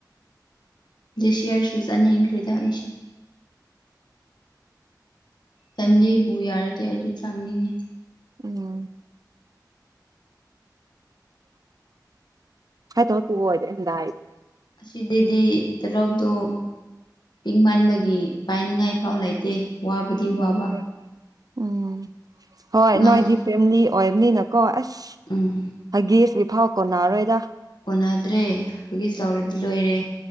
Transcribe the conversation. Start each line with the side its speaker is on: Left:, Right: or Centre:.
Left: ꯦꯁꯤꯌꯥꯔꯁꯨꯁ ꯑꯅꯈ꯭ꯔꯤꯗꯥ ꯑꯩꯁ ꯐꯦꯃꯤꯂꯤꯕꯨ ꯌꯥꯔꯗꯤ ꯑꯩꯗꯤ ꯆꯪꯅꯤꯡꯉꯤ
Right: ꯎꯝ ꯍꯥꯏ ꯇ ꯑꯣꯏꯗ ꯑꯗ
Left: ꯑꯁꯤꯗꯗꯤ ꯇꯦꯂꯣꯞꯇꯣ ꯄꯤꯡ ꯃꯟꯥꯟꯕꯒꯤ ꯄꯥꯏꯅꯤꯡꯉꯥꯏ ꯐꯥꯎ ꯂꯩꯇꯦ ꯋꯥꯕꯗꯤ ꯋꯥꯕ
Right: ꯎꯝ ꯎꯝ ꯍꯣꯏ
Left: ꯑꯉꯥꯡ
Right: ꯅꯣꯏꯗꯤ ꯐꯦꯂꯤ ꯑꯣꯏꯕꯅꯤꯅꯀꯣ ꯑꯁ
Left: ꯎꯝ
Right: ꯍꯥꯏꯒꯦꯁ ꯐꯥꯎ ꯀꯣ ꯅꯥꯔꯣꯏꯗ
Left: ꯀꯣꯟꯅꯗ꯭ꯔꯦ ꯍꯧꯒꯤ ꯆꯥꯎꯔꯗꯤ ꯂꯣꯏꯔꯦ